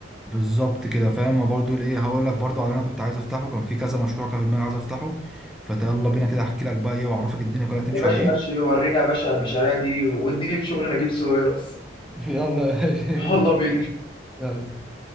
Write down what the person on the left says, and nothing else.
يا باشا
ماشي ورينا يا باشا المشاريع دي واديني في شغل نجيب ساويرس
<laughs> يلا بينا